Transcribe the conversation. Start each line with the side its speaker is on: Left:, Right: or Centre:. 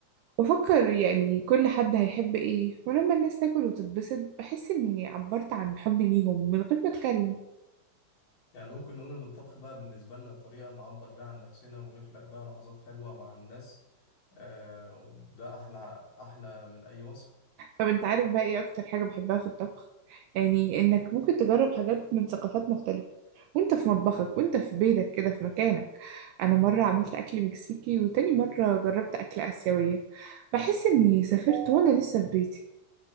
Right: بفكر يعني كل حد هيحب ايه ولما الناس تاكل وتتبسط بحس اني عبرت عن حبي ليهم من غير ما اتكلم
Left: يعني ممكن نقول إن الطبخ بقى بالنسبة لنا طريقة نعبر بيها عن نفسنا ونخلق بيها لحظات حلوة مع الناس آه وده أحلى أحلى من أي وصفة
Right: طب انت عارف بقى ايه اكتر حاجة بحبها في الطبخ يعني انك ممكن تجرب حاجات من ثقافات مختلفة وانت في مطبخك وانت في بيتك كده في مكانك انا مرة عملت اكل مكسيكي وتاني مرة جربت اكل اسيوية بحس اني سافرت وانا لسه في بيتي